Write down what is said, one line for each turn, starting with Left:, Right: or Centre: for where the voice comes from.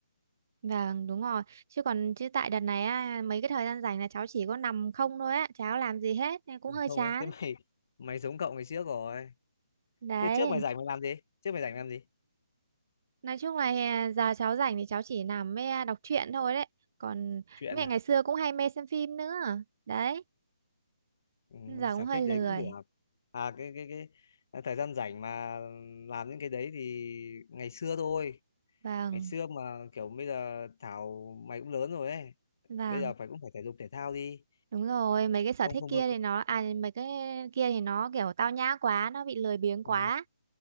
Right: Vâng đúng rồi. Chứ còn chứ tại đợt này á, mấy cái thời gian rảnh là cháu chỉ có nằm không thôi á. Cháu làm gì hết nên cũng
Left: Ừ,
Right: hơi
Left: không
Right: chán.
Left: á, thế mày mày giống cậu ngày trước rồi
Right: Đấy.
Left: thế trước mày rảnh mày làm gì trước mày rảnh làm gì
Right: Nói chung là hè- giờ cháu rảnh thì cháu chỉ nằm mê đọc truyện thôi đấy. Còn
Left: chuyện
Right: mẹ
Left: à
Right: ngày xưa cũng hay mê xem phim nữa. Đấy.
Left: Ừm,
Right: giờ
Left: sở
Right: cũng hơi
Left: thích đấy
Right: lười
Left: cũng được à cái cái cái thời gian rảnh mà làm những cái đấy thì ngày xưa thôi
Right: vâng
Left: ngày xưa mà kiểu bây giờ Thảo mày cũng lớn rồi ấy
Right: vâng
Left: bây giờ phải cũng phải thể dục thể thao đi
Right: đúng rồi mấy cái sở
Left: không
Right: thích
Left: không
Right: kia
Left: được
Right: thì nó à mấy cái kia thì nó kiểu tao nhã quá nó bị lười biếng
Left: ừ,
Right: quá